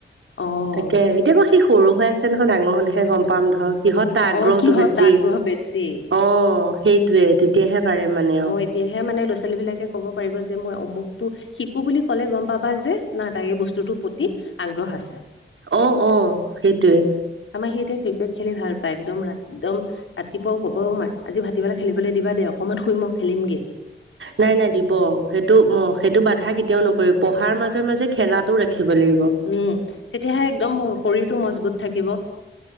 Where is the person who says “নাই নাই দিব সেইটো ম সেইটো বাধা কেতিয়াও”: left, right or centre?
Right